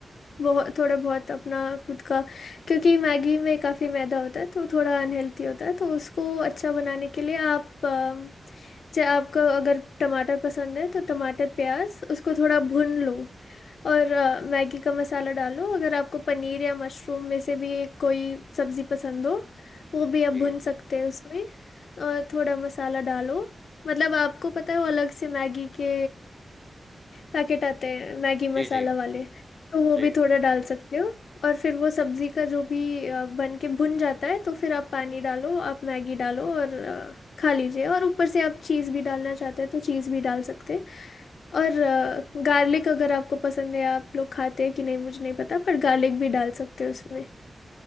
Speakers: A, on the left; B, in the centre.
A: बहुत थोड़ा बहुत अपना खुद का क्योंकि मैगी में काफ़ी मैदा होता है तो थोड़ा अनहेल्थी होता है तो उसको अच्छा बनाने के लिए आप अम, जैसे आपको अगर टमाटर पसंद है तो टमाटर प्याज उसको थोड़ा
B: जी
A: भून लो और अ, मैगी का मसाला डालो अगर आपको पनीर या मशरूम में से भी एक कोई सब्ज़ी पसंद हो वो भी आप
B: जी
A: भून सकते हैं उसमें और थोड़ा मसाला डालो मतलब आपको पता है वो अलग से मैगी के पैकेट आते हैं मैगी मसाला
B: जी जी
A: वाले तो वो
B: जी
A: भी थोड़ा डाल सकते हो और फिर वो सब्जी का जो भी अ, बन के भुन जाता है तो फिर आप पानी डालो आप मैगी डालो और अ, खा लीजिए और ऊपर से आप चीज़ भी डालना चाहते हैं तो चीज़ भी डाल सकते हैं और गार्लिक अगर आपको पसंद है आप लोग खाते हैं कि नहीं मुझे नहीं पता पर गार्लिक भी डाल सकते हो उसमें